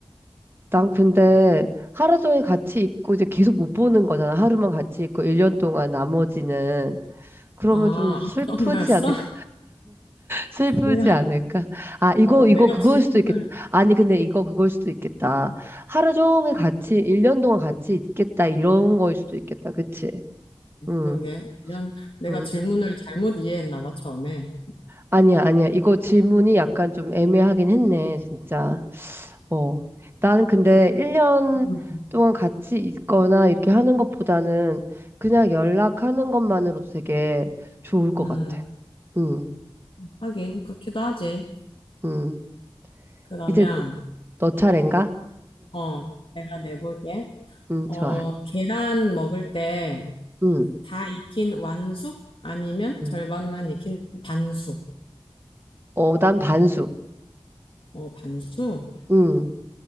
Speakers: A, on the right; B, on the left.
A: 난 근데 하루 종일 같이 있고 이제 계속 못 보는 거잖아. 하루만 같이 있고 1년 동안 나머지는. 그러면
B: 아,
A: 좀 슬프지
B: 아, 그런 거였어?
A: 않을까?
B: <laughs>
A: 슬프지
B: 내가,
A: 않을까? 아, 이거,
B: 어,
A: 이거,
B: 내가
A: 그거일
B: 질문을,
A: 수도 있겠다. 아니, 근데 이거, 그거일 수도 있겠다. 하루 종일 같이, 1년 동안 같이 있겠다. 이런 거일 수도 있겠다. 그치? 응,
B: 그러게, 이런, 내가
A: 응.
B: 질문을 잘못 이해했나 봐, 처음에.
A: 아니야, 아니야. 이거 질문이 약간 좀 애매하긴 했네, 진짜. 어. 나는 근데
B: 그렇,
A: 1년
B: 음,
A: 동안 같이 있거나 이렇게 하는 것보다는 그냥 연락하는 것만으로도 되게 좋을 것
B: 음,
A: 같아. 응,
B: 하긴, 그렇기도 하지.
A: 응.
B: 그러면,
A: 이제 너 차례인가?
B: 어, 내가 내볼게.
A: 응,
B: 어,
A: 좋아.
B: 계란 먹을 때
A: 응.
B: 다 익힌 완숙? 아니면
A: 응.
B: 절반만 익힌 반숙?
A: 어, 난 반숙.
B: 어, 반숙?
A: 응.